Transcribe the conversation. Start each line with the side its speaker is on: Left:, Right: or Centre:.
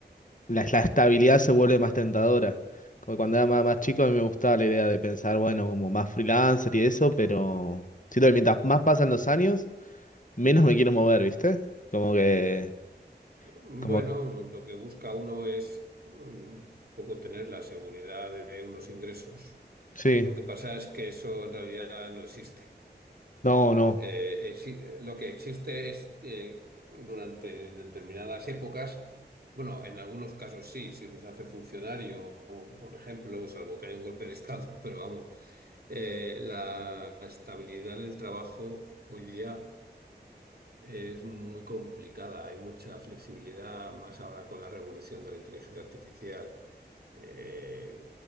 Left: la, la estabilidad se vuelve más tentadora. Como cuando era más, más chico, a mí me gustaba la idea de pensar, bueno, como más freelancer y eso, pero siento que mientras más pasan los años, menos me quiero mover, ¿viste? Como que,
Right: Bueno,
Left: como,
Right: lo que busca uno es mm, un poco tener la seguridad de unos ingresos.
Left: sí,
Right: Lo que pasa es que eso en realidad no existe.
Left: no, no.
Right: Eh, exi- lo que existe es eh, durante determinadas épocas, bueno, en algunos casos sí, si uno se hace funcionario, o, por ejemplo, salvo que haya un golpe de estado, <laughs> pero vamos, eh, la estabilidad en el trabajo hoy día es muy complicada, hay mucha flexibilidad, más ahora con la revolución de la inteligencia artificial. Eh,